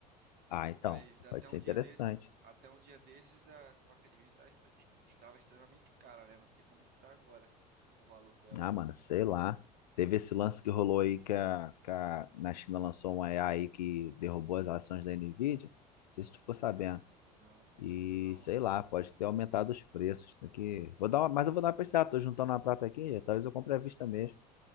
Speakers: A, on the left; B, on the right.
A: Ah, então,
B: Mas até
A: pode
B: um
A: ser
B: dia
A: interessante.
B: desses, até um dia desses, as placas de vídeo tá extra- est- estava extremamente cara, né? Não sei como que tá agora o valor delas.
A: Ah, mano, sei lá. Teve esse lance que rolou aí que, a, que a- na China lançou uma AI que derrubou as ações da Nvidia. Não sei se tu ficou sabendo.
B: É, Não, fiquei
A: E
B: sabendo não. ó.
A: sei lá, pode ter aumentado os preços. Tem que... vou dar uma... Mas eu vou dar uma pesquisada, tô juntando uma prata aqui, talvez eu compre à vista mesmo,